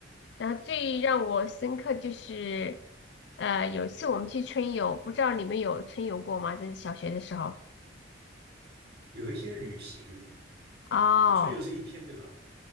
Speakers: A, on the left; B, on the right.
A: 然后最让我深刻就是，呃，有一次我们去春游，不知道你们有春游过吗？这是小学的时候。
B: 有一些旅行，
A: 哦，
B: 春游是一天对吧？